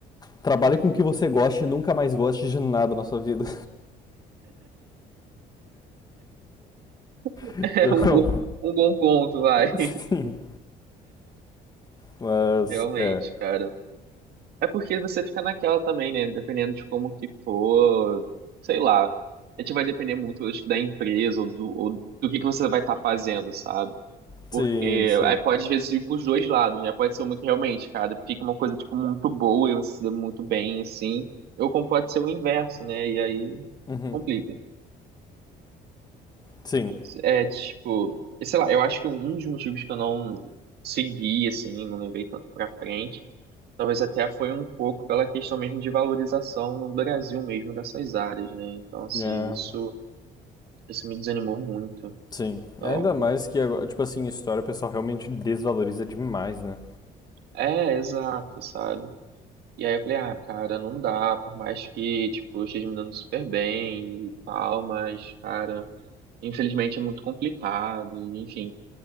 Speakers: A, on the left (about 25°); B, on the right (about 70°).
A: trabalhe com o que você goste e nunca mais goste de nada na sua vida.
B: <laughs>
A: <laughs>
B: É
A: Então,
B: um bom, um bom ponto, vai.
A: sim,
B: <laughs>
A: mas,
B: Realmente,
A: é.
B: cara. É porque você fica naquela também, né? Dependendo de como que for, sei lá. A gente vai depender muito, acho que, da empresa ou do, ou do que que você vai estar fazendo, sabe?
A: Sim,
B: Porque
A: sim.
B: aí pode, às vezes, ir pros dois lados, né? Pode ser uma que realmente, cara, fica uma coisa, tipo, muito boa e você se dá muito bem, assim. Ou como pode ser o inverso, né? E aí
A: Uhum,
B: complica.
A: sim.
B: É, tipo, e sei lá, eu acho que um dos motivos que eu não segui, assim, não levei tanto pra frente, talvez até foi um pouco pela questão mesmo de valorização no Brasil mesmo dessas áreas, né? Então, assim,
A: É.
B: isso, isso me desanimou muito.
A: Sim.
B: Então,
A: Ainda mais que agora, tipo assim, história o pessoal realmente desvaloriza demais, né?
B: é, exato, sabe? E aí eu falei, ah, cara, não dá, por mais que, tipo, eu esteja me dando super bem e tal, mas, cara, infelizmente é muito complicado, e, enfim.